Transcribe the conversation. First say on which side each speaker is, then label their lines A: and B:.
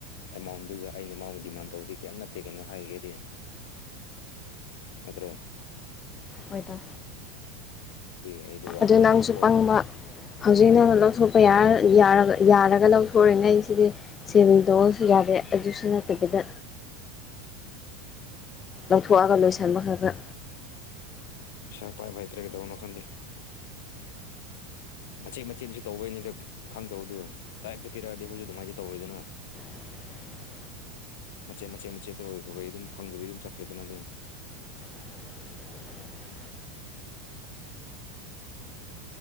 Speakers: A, on the left; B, on the left.
A: ꯑꯦꯃꯥꯎꯟꯗꯨꯒ ꯑꯩꯅ ꯃꯥꯕꯨ ꯗꯤꯃꯥꯟ ꯇꯧꯗꯤ ꯀꯩꯝ ꯅꯠꯇꯦ ꯀꯩꯅꯣ ꯍꯥꯏꯒꯦꯗꯤ ꯅꯠꯇ꯭ꯔꯣ
B: ꯍꯣꯏꯗ
A: ꯑꯗꯨꯒꯤ ꯑꯩꯗꯤ ꯋꯥꯈꯜꯗ
B: ꯑꯗꯨ ꯅꯪꯁꯨ
A: ꯊꯣꯛꯄ ꯍꯧꯔꯦꯕ
B: ꯄꯪꯕ ꯍꯧꯖꯤꯛꯅ ꯂꯧꯊꯣꯛꯄ ꯌꯥꯔ ꯌꯥꯔꯒ ꯌꯥꯔꯒ ꯂꯧꯊꯣꯔꯛꯏꯅꯦ ꯑꯩꯁꯤꯗꯤ ꯁꯤꯔꯤꯟ ꯇꯧꯑꯣꯁꯨ ꯌꯥꯗꯦ ꯑꯖꯨꯁꯨ ꯅꯠꯇꯕꯤꯗ ꯂꯧꯊꯣꯛꯑꯒ ꯂꯣꯏꯁꯟꯕ ꯈꯛꯇ
A: ꯁꯦꯜ ꯄꯥꯢꯕ ꯍꯩꯇ꯭ꯔꯦ ꯀꯩꯗꯧꯅꯣ ꯈꯪꯗꯦ ꯃꯆꯦꯠ ꯃꯆꯦꯁꯨ ꯇꯧꯕꯩꯅꯤꯗ ꯈꯪꯗꯕꯗꯨ ꯗꯥꯏꯔꯦꯛꯇ ꯄꯤꯔꯛꯑꯗꯤ ꯑꯩꯈꯣꯏꯁꯨ ꯗꯨꯃꯥꯏꯅꯗꯤ ꯇꯧꯔꯣꯏꯗꯅ
B: <inaudible>
A: ꯃꯆꯦꯠ ꯃꯆꯦꯠ ꯃꯆꯦꯠꯇ ꯑꯣꯢꯈ꯭ꯔꯕꯩ ꯑꯗꯨꯝ ꯈꯪꯗꯕꯤ ꯑꯗꯨꯝ ꯆꯠꯈ꯭ꯔꯦꯗꯅ ꯑꯗꯨꯝ
B: <inaudible>